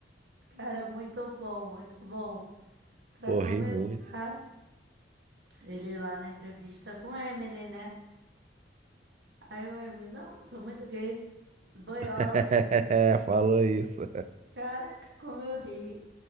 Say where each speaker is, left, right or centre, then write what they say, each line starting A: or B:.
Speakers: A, on the right; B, on the right.
A: Cara, muito bom, muito bom. Pra
B: Pô,
A: começar,
B: ri muito.
A: ele lá na entrevista com o Eminem, né? Aí o Eminem, não, eu sou muito gay. sou Boiola.
B: <laughs> Falou isso.
A: Caraca, como eu ri.